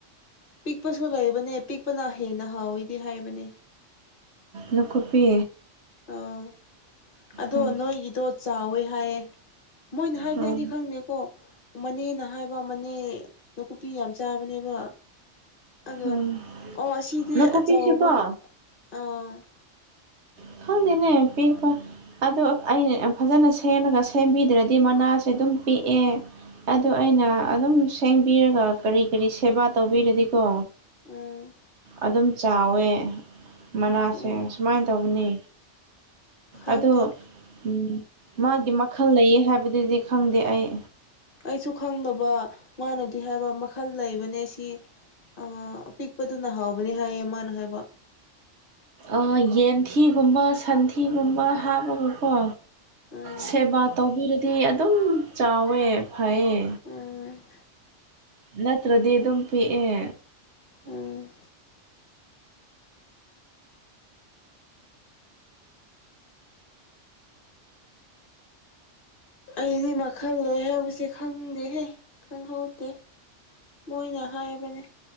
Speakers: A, on the left (about 45°); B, on the right (about 65°).
A: ꯄꯤꯛꯄꯁꯨ ꯂꯩꯕꯅꯦ ꯄꯤꯛꯄꯅ ꯍꯦꯟꯅ ꯍꯥꯎꯋꯤꯗꯤ ꯍꯥꯏꯕꯅꯦ
B: ꯂ ꯀꯨꯞꯄꯤ
A: ꯑꯥ ꯑꯗꯣ
B: ꯎꯝ
A: ꯅꯣꯏꯒꯤꯗꯣ ꯆꯥꯎꯋꯦ ꯍꯥꯏꯌꯦ ꯃꯣꯏꯅ ꯍꯥꯏꯕꯅꯤ
B: ꯎꯝ
A: ꯑꯩꯗꯤ ꯈꯪꯗꯦꯀꯣ ꯃꯅꯦꯅ ꯍꯥꯏꯕ ꯃꯅꯦ ꯀꯨꯞꯄꯤ ꯌꯥꯝ ꯆꯥꯕꯅꯦꯕ ꯑꯗꯣ
B: ꯎꯝ
A: ꯑꯣ ꯑꯁꯤꯗꯤ
B: ꯅꯥꯀꯨꯞꯄꯤꯁꯤꯀꯣ
A: ꯑꯆꯧꯕꯒꯤ ꯑꯥ
B: <inaudible> ꯑꯗꯣ ꯑꯩꯅ ꯌꯥꯝ ꯐꯖꯅ ꯁꯦꯝꯃꯒ ꯁꯦꯝꯕꯤꯗ꯭ꯔꯗꯤ ꯃꯅꯥꯁꯦ ꯑꯗꯨꯝ ꯄꯤꯛꯑꯦ ꯑꯗꯣ ꯑꯩꯅ ꯑꯗꯨꯝ ꯁꯦꯡꯕꯤꯔꯒ ꯀꯔꯤ ꯀꯔꯤ ꯁꯦꯕꯥ ꯇꯧꯕꯤꯔꯗꯤꯀꯣ
A: ꯎꯝ
B: ꯑꯗꯨꯝ ꯆꯥꯎꯋꯦ ꯃꯅꯥꯁꯦ
A: ꯎꯝ
B: ꯁꯁꯨꯃꯥꯏꯅ ꯇꯧꯕꯅꯤ
A: ꯈꯪꯗꯦ
B: ꯑꯗꯣ ꯎꯝ ꯃꯥꯒꯤ ꯃ ꯈꯜ ꯂꯩꯌꯦ ꯍꯥꯏꯕꯗꯨꯗꯤ ꯈꯪꯗꯦ ꯑꯩ
A: ꯑꯩꯁꯨ ꯈꯪꯗꯕ ꯃꯥꯅꯗꯤ ꯍꯥꯏꯕ ꯃꯈꯜ ꯂꯩꯕꯅꯦ ꯁꯤ ꯑ ꯑꯄꯤꯛꯄꯗꯨꯅꯍꯥꯎꯕꯅꯦ ꯍꯥꯏꯌꯦ ꯃꯥꯅ ꯍꯥꯏꯕ
B: ꯑꯥ ꯌꯦꯟꯊꯤꯒꯨꯝꯕ ꯁꯟꯊꯤꯒꯨꯝꯕ ꯍꯥꯞꯄꯒꯀꯣ
A: ꯎꯝ
B: ꯁꯦꯕꯥ ꯇꯧꯕꯤꯔꯗꯤ ꯑꯗꯨꯝ ꯆꯥꯎꯋꯦ ꯐꯩꯌꯦ
A: ꯎꯝ
B: ꯅꯠꯇ꯭ꯔꯗꯤ ꯑꯗꯨꯝ ꯄꯤꯛꯑꯦ
A: ꯎꯝ ꯑꯩꯗꯤ ꯃꯈꯜ ꯂꯩ ꯍꯥꯏꯕꯁꯦ ꯈꯪꯗꯦꯍꯦ ꯈꯪꯍꯧꯗꯦ ꯃꯣꯏꯅ ꯍꯥꯏꯕꯅ‌ꯦ